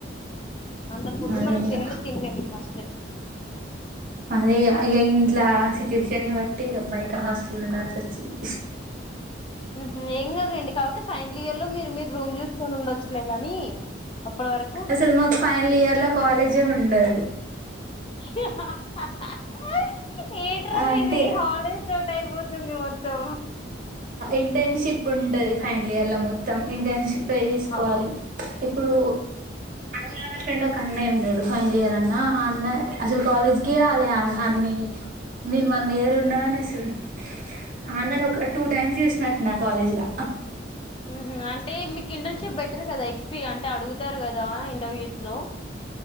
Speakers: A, on the left (about 30°); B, on the right (about 45°).
A: అంత ఫుడ్డు
B: అదే
A: మనం
B: ఇగ
A: తిననే తినలేము అ
B: అదే అ ఇంట్ల సిచ్యుయేషన్ ని బట్టి బయట హాస్టల్ ఉండాల్సి వచ్చింది
A: ఉహు ఏం కాదులెండి కాకతే ఫైనల్ ఇయర్ లో మీరు మీరు రూమ్ చూసుకొని ఉండొచ్చులే గానీ అప్పటి వరకు
B: అసలు మాకు ఫైనల్ ఇయర్ లో కాలేజే ఉండదు
A: ఊహ్హ్ హా <unintelligible> ఏంట్రా మీది
B: అంటే
A: హాలిడేస్ తోటి అయిపోతుంది మొత్తం
B: ఇంటర్న్షిప్ ఉంటది ఫైనల్ ఇయర్ లో మొత్తం ఇంటర్న్షిప్ యే చేసుకోవాలి
A: ఆహో
B: ఇప్పుడు అన్నయ్యళ ఫ్రెండ్ ఒక అన్నయ్య ఉన్నాడు ఫైనల్ ఇయర్ అన్న ఆ అన్న అసలు కాలేజ్ కి రాలే అన్న నేను వన్ ఇయర్ ఉన్నా గానీ అసలు ఆ అన్నను ఒక టూ టైమ్స్ చూసినట్టు ఉన్న కాలేజీలో
A: హు హమ్ అంటే మీకు ఇంటర్న్షిప్ పెట్టిర్రు కదా ఎక్స్పీ అంటే అడుగుతారు కదా ఇంటర్వ్యూస్ లో